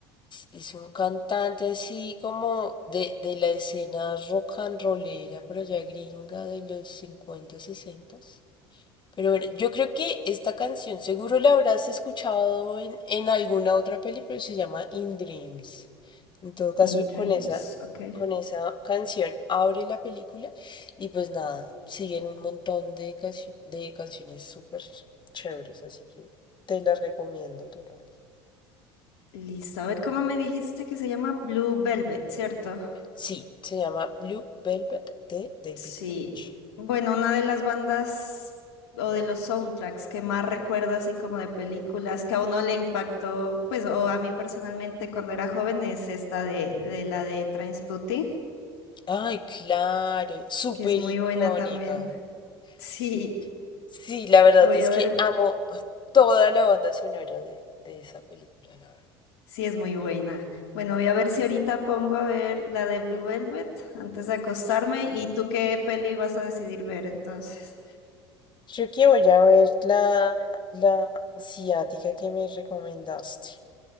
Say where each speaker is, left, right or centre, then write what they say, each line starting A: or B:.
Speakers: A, on the left (about 35°); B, on the left (about 75°).
A: Es un cantante así como de, de la escena rock and rollera por allá gringa de los 50 60. Pero bueno, yo creo que esta canción seguro la habrás escuchado en, en alguna otra peli, pero se llama In Dreams. En todo caso,
B: In Dreams,
A: con esa,
B: ok.
A: con esa canción abre la película y pues nada, siguen un montón de, cancio- de canciones súper chéveres, así que te las recomiendo total.
B: Listo, a ver cómo me dijiste que se llama Blue Velvet, ¿cierto?
A: Sí, se llama Blue Velvet de David
B: Sí,
A: Lynch.
B: bueno, una de las bandas o de los soundtracks que más recuerdo así como de películas que a uno le impactó, pues, o a mí personalmente cuando era joven es esta de, de la de Trainspotting,
A: Ay, claro, súper
B: que es muy
A: icónica.
B: buena también. <laughs> Sí,
A: Sí. Sí, la verdad
B: voy
A: es
B: a
A: que
B: ver,
A: amo toda la banda sonora de, de esa película, la verdad.
B: sí es muy buena. Bueno, voy a ver si ahorita pongo a ver la de Blue Velvet antes de acostarme y tú qué peli vas a decidir ver entonces.
A: Creo que voy a ver la, la asiática que me recomendaste.